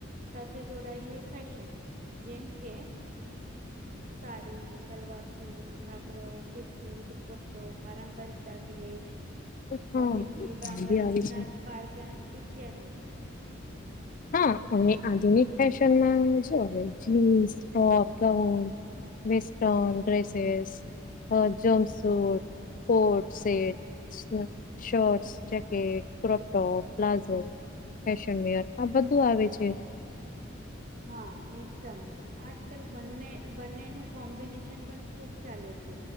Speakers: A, on the right; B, on the left.
A: સાથે જોડાયેલી ફેશન જેમ કે સાડી, સલવાર સૂટ, ઘાઘરો, કુર્તી, દુપટ્ટો પારંપરિક દાગીને
B: હા
A: બિદડી, બંગડી,
B: એ બી આવી છે
A: નથ પાયજન ઈત્યાદી.
B: હા અમે
A: હમ
B: આધુનિક
A: હમ
B: ફેશનમાં હવે જીન્સ, ટોપ,
A: હમ
B: ગાઉન વેસ્ટન
A: હમ હમ
B: ડ્રેસેસ, જમ suit, coat suit shirts, jacket, crop top, palazzo, fashion wear આ બધું આવે છે.
A: હા એકદમ આજ કલ બંને બંનેનું કોમ્બિનેશન પણ ખુબ ચાલે છે.